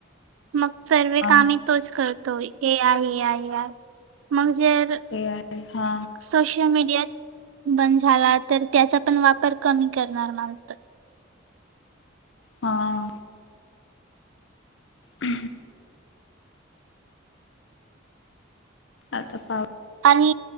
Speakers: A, on the right (about 80°); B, on the left (about 70°).
A: मग सर्वे
B: हा
A: कामही तोच करतोय आय ये आ आय मग जर...
B: ए आय हा...
A: सोशल मीडिया बंद झाला तर त्याचा पण वापर कमी करणार माणस....
B: हा.. ह... आता पा..
A: आणि